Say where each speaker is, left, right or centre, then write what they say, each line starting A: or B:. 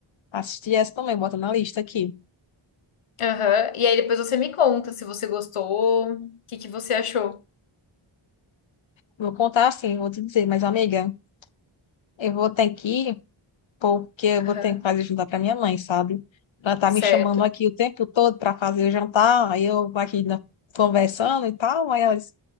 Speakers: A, on the left; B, on the left.
A: assistir essa também, bota na lista aqui.
B: Aham. E aí depois você me conta se você gostou, o que que você achou.
A: Vou contar assim, vou te dizer, mas amiga, eu vou ter que ir, porque eu vou
B: Aham.
A: ter que fazer jantar pra minha mãe, sabe? Ela tá
B: Certo.
A: me chamando aqui o tempo todo pra fazer o jantar, aí eu aqui na- conversando e tal, aí ela disse,